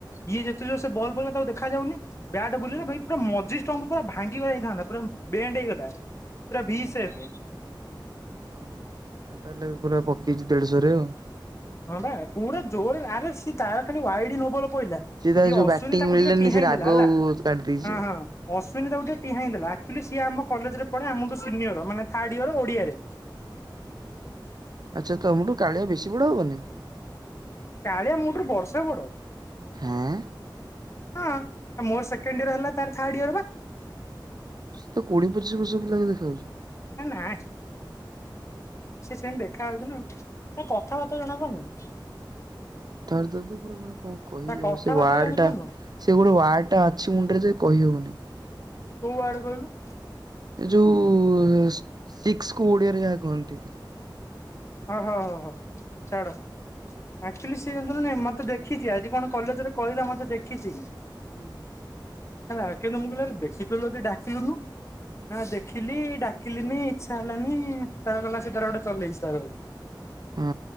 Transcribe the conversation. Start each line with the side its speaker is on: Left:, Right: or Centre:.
Left: ଇଏ ଯେତେ ଜୋର ସେ ବଲ୍ ପିଲଲା ତାକୁ ଦେଖାଯ ଯାଉନି ବ୍ୟାଟ
Right: ହୁଁ
Left: ବୁଲିଲା ଭ ପୁରା ମଝି ଷ୍ଟମ୍ ପୁର ଭାଙ୍ଗିାଇଥାନ୍ତା ପୁର ବେଣ୍ଡ ହେଇଗଲା। ପୁରା
Right: ହୁଁ
Left: ଭି
Right: ହୁଁ
Left: ସେପ୍।
Right: ହୁଁ ଓହୋ ଆ ତାହ ପୁରା ପକେଇଛି ଦେଢ଼ଶହରେ ଆଉ
Left: ହଁ ବା ପୁରା ଜୋରେ ଆରେ ସିଏ ତାର ଖାଲି ୱାଇଡି ନ ଭଲ ପଡିଲା ସିଏ
Right: ତା ଯୋଉ
Left: ଅଶ୍ୱଵିନୀ
Right: ବ୍ୟାଟିଂ
Left: ତାକୁ
Right: ମିଳିଲାନି
Left: ଟିକେ ଟିହାଇ
Right: ସେ ରାଗ
Left: ଦେଲା ହେଲା
Right: କାଢି ଦେଇଛି
Left: ହଁ
Right: ଆଉ
Left: ହଁ ସୁୁନି ତା ଗୋଟେ ଟିହା ହେଇ ଦେଲା ଆକ୍ଚୁଲି ସିଏ ଆମ କଲେଜରେ ପଢେମଠୁ ସିନିୟର ମାନେଥାର୍ଡ ୟର ଓଡ଼ିଆରେ
Right: ଆଚ୍ଛା ତମଠୁ କାଳିଆ ବେଶୀ ବଡ ହବନି?
Left: କାଳିଆ ମୋ ଠାରୁ ବର୍ଷେ ବଡ।
Right: ହଁ?
Left: ହଁ ମୋର ସେକେଣ୍ଡ ଇୟର ହେଲା ତାର ଥାର୍ଡ ଇୟର ବା।
Right: ସେ ତ କୋଡିଏ ପଚିଶ ବର୍ଷ ପ ଲାଗ ଦେଖାାଯାଉଛି।
Left: ହେ ନାଇଁ ସେ ସେମିତି ଦେଖା ହାଉଛି ନା କଥାବାର୍ତ୍ତା ଜଣାବନି
Right: ଥର ତର ତ ପୁରା ମାନେ କଣ କହିବି
Left: କଥାବାର୍ତ୍ତା
Right: ଆଉ ସେ ୱାର୍
Left: ଜାଣିପାରୁନୁ
Right: ଟା ସେ ଗୋଟେ ୱାାର୍ ଟା ଅଛି ମୁଣ୍ଡରେ ଯେ କହିହବନି
Left: କୋଉ ଆଡକହିଲୁ?
Right: ଏ ଯୋଉ ଶିକ୍ସ କ ଓଡିଆରେ ଯାହା କୁହନ୍ତି?
Left: ହ ହୋ ହୋ ହୋ ଛାଡ। ଆକ୍ଚୁଆଲି ସିଏୁଁ ମତେ ଦେଖିଛି ଆଜି କଣ କଲେଜରେ କହିଲା ମତେ ଦେଖିଛି
Right: ହୁଁ।
Left: ହେ କେନ୍ତୁ ମୁଁ କହିରେ ଦେଖିଥିଲଥିଲ ଯଦି ଡାକିଲୁନି ନା ଦେଖିଲି ଡାକିଲିନି ଇଚ୍ଛା ହେଲାନି ତାର ଗଲା ସେ ତାର ଗୋଟେ ଚଲେଇଛି ତାର <inaudible>
Right: ହଁ